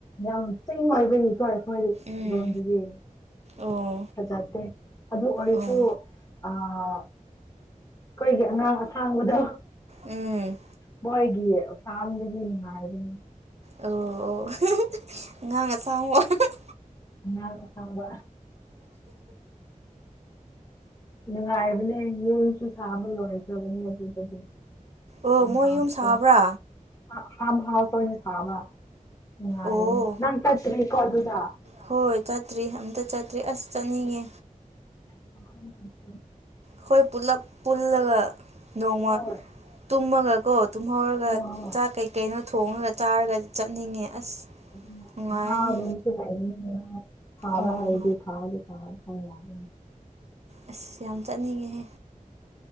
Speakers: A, on the left (about 25°); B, on the right (about 50°).
A: ꯌꯥꯝ ꯆꯤꯡꯑꯣꯏꯕꯒꯤꯀꯣ ꯑꯩꯈꯣꯏ
B: ꯎꯝ
A: ꯔꯣꯝꯗꯗꯤ
B: ꯑꯣ
A: ꯐꯖꯗꯦ ꯑꯗꯨ ꯑꯣꯏꯔꯁꯨ
B: ꯑꯣ
A: ꯑꯥ ꯑꯩꯈꯣꯏꯒꯤ ꯑꯉꯥꯡ ꯑꯁꯥꯡꯕꯗꯣ
B: ꯎꯝ
A: ꯃꯣꯏꯒꯤ ꯐꯥꯝꯗꯗꯤ ꯅꯨꯡꯉꯥꯢꯕꯅꯤ
B: ꯑꯣ ꯑꯣ <unintelligible>
A: ꯑꯉꯥꯡ ꯑꯁꯥꯡꯕ ꯅꯨꯡꯉꯥꯏꯕꯅꯦ ꯌꯨꯝꯁꯨ ꯁꯥꯕ ꯂꯣꯏꯈ꯭ꯔꯕꯅꯦ ꯑꯗꯨꯗꯗꯤ <unintelligible>
B: ꯑꯣ ꯃꯣꯏ ꯌꯨꯝ ꯁꯥꯕ꯭ꯔꯥ
A: ꯐꯥꯝ ꯍꯥꯎꯁ ꯍꯣꯢꯅ ꯁꯥꯕ ꯅꯨꯡꯉꯥꯢꯕꯅꯦ
B: ꯑꯣ
A: ꯅꯪ ꯆꯠꯇꯔꯤꯀꯣ ꯑꯗꯨꯗ
B: ꯍꯣꯏ ꯆꯠꯇ꯭ꯔꯤ ꯑꯝꯇ ꯆꯠꯇ꯭ꯔꯤ ꯑꯁ ꯆꯠꯅꯤꯡꯉꯦ
A: <unintelligible>
B: ꯈꯣꯏ ꯄꯨꯂꯞ ꯄꯨꯜꯂꯒ ꯅꯣꯡꯃ
A: ꯍꯣꯏ
B: ꯇꯨꯝꯃꯒꯀꯣ ꯇꯨꯝꯍꯧꯔꯒ
A: ꯍꯣꯏ ꯍꯣꯏ
B: ꯆꯥꯛ ꯀꯩ ꯀꯩꯅꯣ ꯊꯣꯡꯉꯒ ꯆꯥꯔꯒ ꯆꯠꯅꯤꯡꯉꯦ ꯑꯁ
A: <unintelligible>
B: ꯅꯨꯡꯉꯥꯏꯔꯅꯤ
A: ꯉꯥꯒꯨꯝꯕꯁꯨ ꯂꯩꯕꯅꯤꯅꯦ ꯐꯥꯕ
B: ꯎꯝ
A: ꯍꯩꯔꯗꯤ ꯐꯥꯕꯗꯤ ꯐꯥ <unintelligible>
B: ꯑꯁ ꯌꯥꯝ ꯆꯠꯅꯤꯡꯉꯦꯍꯦ